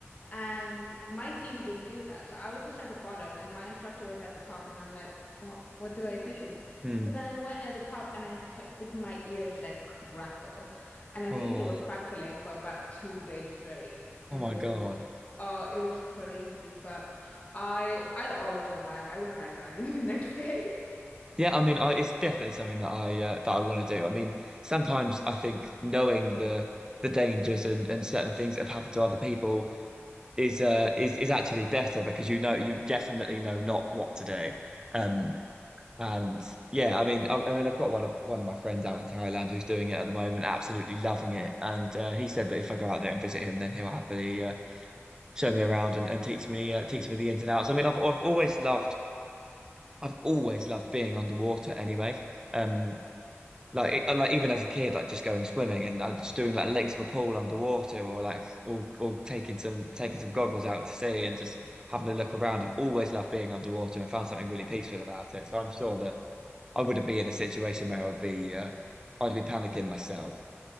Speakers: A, on the left; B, on the right.
A: And my team didn't do that. So I was just at the bottom and my instructor was at the top and I'm like, what what do I do?
B: Mm.
A: So then I went at the top and I heard my ears like crackle. And I
B: Oh.
A: think they were crackling for about two days straight.
B: Oh
A: And
B: my
A: it was
B: God.
A: oh, it was crazy. But I I'd always go back. I went back diving <laughs> the next day. <laughs>
B: Yeah. I mean, I, it's definitely something that I uh, that I want to do. I mean, sometimes I think knowing the the dangers and, and certain things that have happened to other people is uh is is actually better because you know you definitely know not what to do. Um and yeah, I mean I, I mean I've got one of one of my friends out in Thailand who's doing it at the moment, absolutely loving it. And uh, he said that if I go out there and visit him, then he'll happily uh, show me around and, and teach me uh, teach me the ins and outs. I mean I've I've always loved I've always loved being underwater anyway. Um like, e- like even as a kid, like just going swimming and uh, just doing like legs of a pool underwater, or like or, or taking some taking some goggles out to sea and just having a look around. I've always loved being underwater and found something really peaceful about it. So I'm sure that I wouldn't be in a situation where I'd be uh, I'd be panicking myself.